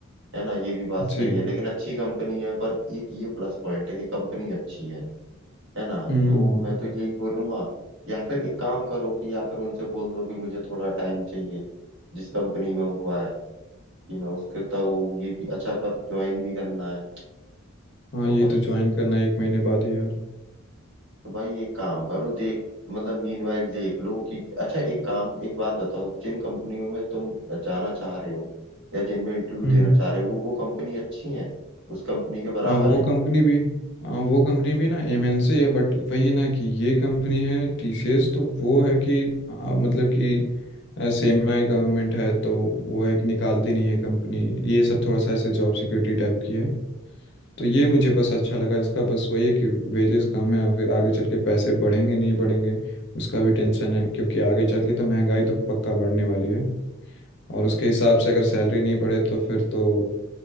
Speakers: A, on the right; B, on the left.
A: है ना ये भी बात
B: जी
A: सही है लेकिन अच्छी कंपनी है पर एक ये प्लस पॉइंट है कि कंपनी अच्छी है है ना
B: हम्म
A: तो मैं तो यही बोलूंगा या फिर एक काम करो कि या फिर उनसे बोल दो कि मुझे थोड़ा टाइम चाहिए जिस कंपनी में हुआ है कि मैं उसके तो ये भी अच्छा पर ज्वाइन भी करना है
B: हाँ
A: तो
B: ये
A: भाई
B: तो ज्वाइन
A: एक
B: करना है एक महीने बाद ही यार
A: भाई एक काम करो देख मतलब मीनवाइल देख लो कि अच्छा एक काम एक बात बताओ जिन कंपनियों में तुम जाना चाह रहे हो या जिनमें इंटरव्यू
B: हम्म
A: देना चाह रहे हो वो वो कंपनी अच्छी है उस कंपनी के बराबर
B: हाँ वो
A: है
B: कंपनी भी हाँ वो कंपनी भी ना एमएनसी है बट वही है ना कि ये कंपनी है टीसीएस तो वो है कि आ, मतलब कि सेमी गवर्नमेंट है तो वो है कि निकालती नहीं है कंपनी ये सब थोड़ा सा ऐसे जॉब सिक्योरिटी टाइप की है तो ये मुझे बस अच्छा लगा इसका बस वही है कि वेजेस कम है और फिर आगे चल के पैसे बढ़ेंगे नहीं बढ़ेंगे उसका भी टेंशन है क्योंकि आगे चल के तो महंगाई तो पक्का बढ़ने वाली है और उसके हिसाब से अगर सैलरी नहीं बढ़े तो फिर तो